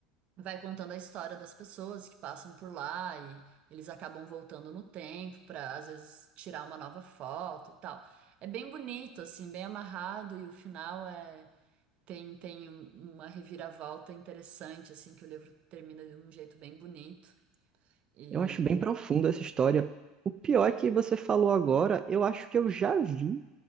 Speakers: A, on the right (about 45°); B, on the right (about 30°).
A: vai contando a história das pessoas que passam por lá e eles acabam voltando no tempo para às vezes tirar uma nova foto e tal. É bem bonito assim, bem amarrado e o final é tem tem um- uma reviravolta interessante assim que o livro termina de um jeito bem bonito. E
B: eu acho bem profunda essa história. O pior é que você falou agora, eu acho que eu já vi